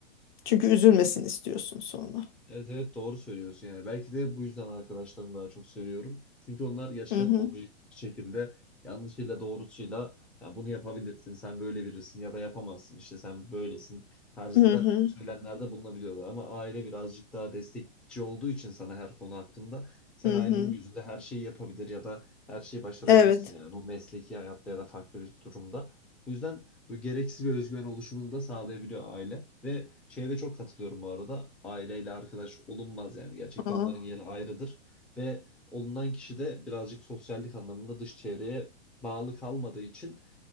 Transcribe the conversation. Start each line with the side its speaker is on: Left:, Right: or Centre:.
Left: Çünkü üzülmesin istiyorsun sonra.
Centre: Evet evet doğru söylüyorsun yani. Belki de bu yüzden arkadaşlarımı daha çok seviyorum. Çünkü onlar gerçekten
Left: Hı hı.
Centre: objektif bir şekilde yanlışıyla doğrusuyla ya bunu yapabilirsin, sen böyle birisin ya da yapamazsın işte sen böylesin tarzında
Left: Hı hı.
Centre: söylemlerde bulunabiliyorlar. Ama aile birazcık daha destekçi olduğu için sana her konu hakkında sen
Left: Hı
Centre: ailenin
Left: hı.
Centre: gözünde her şeyi yapabilir ya da her şeyi başarabilirsin
Left: Evet.
Centre: yani bu mesleki hayatta ya da farklı bir durumda. Bu yüzden Böyle gereksiz bir özgüven oluşumunu da sağlayabiliyor aile. Ve şeye de çok katılıyorum bu arada. Aileyle arkadaş olunmaz yani. Gerçekten
Left: Aa.
Centre: onların yeri ayrıdır. Ve olunan kişi de birazcık sosyallik anlamında dış çevreye bağlı kalmadığı için